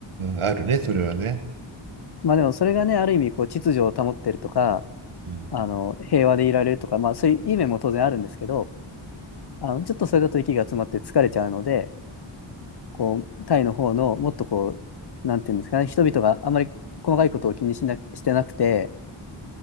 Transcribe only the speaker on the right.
ああ、あるね、それはね。
うん、